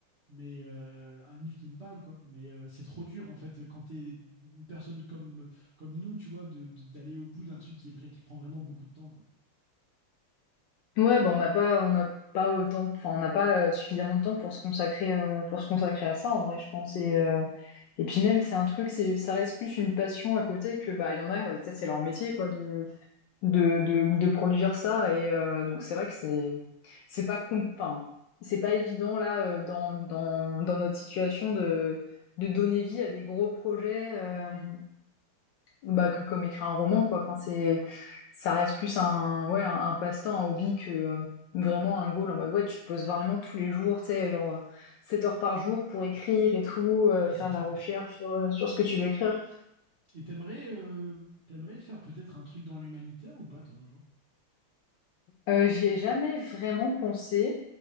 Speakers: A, on the right; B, on the left.
A: mais euh, un livre qui me parle, quoi. Mais euh, c'est trop dur en fait quand t'es une personne comme, comme nous, tu vois, de- de- d'aller au bout d'un truc qui est vrai, qui prend vraiment beaucoup de temps, quoi.
B: Ouais, bah on n'a pas, on n'a pas autant, enfin on n'a pas euh, suffisamment de temps pour se consacrer, euh, pour se consacrer à ça en vrai, je pense. Et euh, et puis même c'est un truc, c'est ça reste plus une passion à côté que bah il y en a, euh, peut-être c'est leur métier quoi de de de, de produire ça. Et euh, donc c'est vrai que c'est c'est pas com- enfin c'est pas évident là euh, dans dans dans notre situation de de donner vie à des gros projets. euh,
A: Hmm.
B: bah, que comme écrire un roman, quoi. Enfin, c'est, ça reste plus un, ouais, un, un passe-temps, un hobby que euh, vraiment un goal en mode, ouais, tu te poses vraiment tous les jours, tu sais, genre euh, 7 heures par jour pour écrire et tout, euh,
A: Ah,
B: faire
A: c'est clair.
B: de la recherche sur, euh, sur ce que tu veux écrire.
A: Et t'aimerais euh, t'aimerais faire peut-être un truc dans l'humanitaire ou pas, toi, un jour?
B: Euh, j'y ai jamais vraiment pensé.